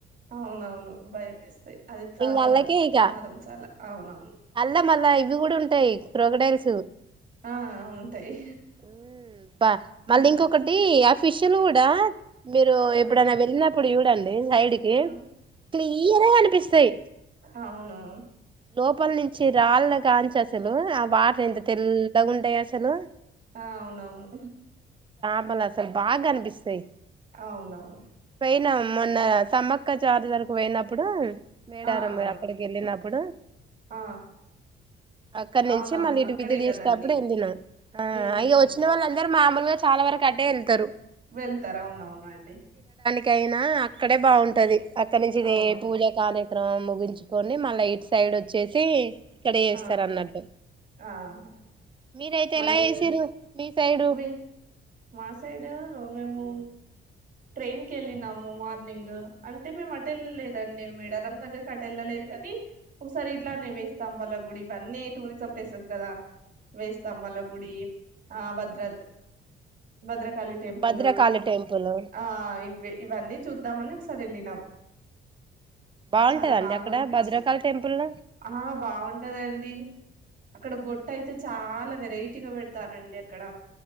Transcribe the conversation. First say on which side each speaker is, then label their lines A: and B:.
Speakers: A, on the right; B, on the right.
A: అవునవును భయం వేస్తాయి అది ప్రమాదం
B: ఇంక అల్లకే ఇక
A: ప్రమాదం చాలా అవునవును
B: అల్ల మళ్ళా ఇది కూడా ఉంటాయి క్రోగడైల్స్
A: ఆ ఉంటాయి
B: ఉ బా మళ్ళీ
A: ఉమ్
B: ఇంకొకటి ఆ ఫిష్లు కూడా మీరు ఎప్పుడైనా
A: ఆ
B: వెళ్ళినప్పుడు చూడండి సైడ్
A: హ్మ్
B: క్లియర్ అనిపిస్తాయి
A: అవును
B: లోపల నుంచి చిరాళ్ళ గాంచ అసలు ఆ వాటర్ ఎంత తెల్లగా ఉంటాయి అసలు
A: ఆ అవునవును
B: మ్మలు అసలు బాగా అనిపిస్తాయి
A: అవునవును
B: పోయినం మొన్న సమ్మక్క క్క జార్తరకు పోయినప్పుడు మేడారం
A: ఆ ఆ
B: అక్కడికి వెళ్ళినప్పుడు
A: ఆ,
B: అక్కడి నుంచిే
A: అవునవును
B: మళ్ళీ ఇటు
A: అక్కడే
B: విజిట్ చేసేప్పుడు
A: కదండి
B: ఎం తినం ఆ
A: హ్మ్
B: ఇగ
A: హు
B: వచ్చిన వాళ్ళందరు మామూలుగా చాలా వరకు అటే వెళ్తారు
A: వెళ్తారవునవునండి
B: కైనా అక్కడే బాగుంటది అక్కడ నుంచి ఇది
A: అవును
B: ఏ పూజ కాలే ఆ ముగించుకొని మళ్ళ ఇయిట్ సైడ్ వచ్చేసి ఇక్కడ చేస్తారు
A: ఆ
B: అన్నట్టు
A: ఆహా
B: మీరైతే
A: మళ్ళీ
B: ఎలా చేసిరు మీ సైడు
A: మీ మా సైడ్ మేము ట్రైన్ కి వెళ్ళినము మార్నింగ్ అంటే మేము అట వెళ్ళలేదండి మెడారం దగ్గరికి అట వెళ్ళలేదు కాని ఒకసారి ఇట్లానే వేస్తాంబల గుడి ఇవన్నీ టూరిజం ప్లేసెస్ కదా
B: అ
A: తం వల గుడి ఆ భద్ర Bhadrakali temple
B: Bhadrakali temple
A: ఆ ఇ ఇవన్నీ చూద్దామని ఒకసారి వెళ్ళినాం
B: బాగుంటదండి
A: చాలా బాగా
B: అక్కడ
A: అనిపించింది
B: భద్రకాళి టెంపుల్ల
A: ఆ బాగుంటదండి అక్కడ బొట్ట అయితే చాలా వెరైటీగా పెడతారండి అక్కడ